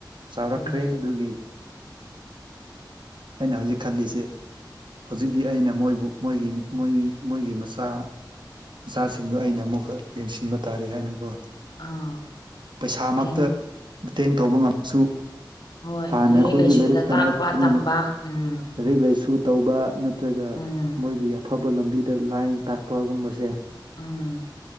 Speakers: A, on the right; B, on the left.
A: ꯆꯥꯎꯔꯛꯈ꯭ꯔꯦ
B: ꯎꯝ
A: ꯑꯗꯨꯒꯤ ꯑꯩꯅ ꯍꯧꯖꯤꯛ ꯈꯜꯂꯤꯁꯦ ꯍꯧꯖꯤꯛꯇꯤ ꯑꯩꯅ ꯃꯣꯏꯕꯨ ꯃꯣꯏꯒꯤ ꯃꯣꯏ ꯃꯣꯏꯒꯤ ꯃꯆꯥ ꯃꯆꯥꯁꯤꯡꯗꯨ ꯑꯩꯅ ꯑꯃꯨꯛꯀ ꯌꯦꯡꯁꯤꯟꯕ ꯇꯥꯔꯦ ꯍꯥꯏꯅꯀꯣ
B: ꯑꯥ
A: ꯄꯩꯁꯥꯃꯛꯇ
B: ꯒ꯭ꯌꯥꯟ
A: ꯃꯇꯦꯡ ꯇꯧꯕ ꯉꯝꯁꯨ
B: ꯍꯣꯏ
A: ꯍꯥꯅ ꯑꯩꯈꯣꯏꯗꯤ
B: ꯂꯥꯏꯁꯨꯗ
A: ꯂꯥꯏꯔꯤꯛ ꯇꯝꯔꯛꯄꯅꯤꯅꯥ
B: ꯇꯥꯛꯄ ꯇꯝꯕ ꯎꯝ
A: ꯂꯥꯏꯔꯤꯛ ꯂꯩꯁꯨ ꯇꯧꯕ ꯅꯠꯇ꯭ꯔꯒ
B: ꯎꯝ
A: ꯃꯣꯏꯒꯤ ꯑꯐꯕ ꯂꯝꯕꯤꯗ ꯂꯥꯏꯟ ꯇꯥꯛꯄꯒꯨꯝꯕꯁꯦ
B: ꯎꯝ